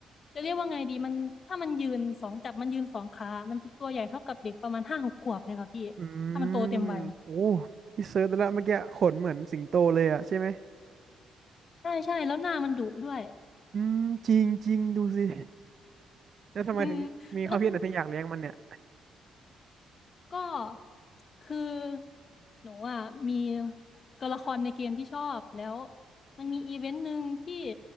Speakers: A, on the left; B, on the right.
A: จะเรียกว่าไงดีมันถ้ามันยืนสองจับมันยืนสองขามันจะตัวใหญ่เท่ากับเด็กประมาณห้าหกขวบเลยค่ะพี่
B: อื
A: ถ้ามันโตเต็มวัย
B: มโอ้พี่เซิร์ชดแล้วเมื่อกี้ขนเหมือนสิงโตเลยอ่ะใช่ไหม
A: ใช่ใช่แล้วหน้ามันดุด้วย
B: อืมจริงจริงดูสิแล้วทำไมถึงมีความคิดอะไรถึงอยากเลี้ยงมันเนี่ย
A: อืมแล้ว ก็คือหนูอ่ะมีตัวละครในเกมที่ชอบแล้วมันมีอีเวนต์หนึ่งที่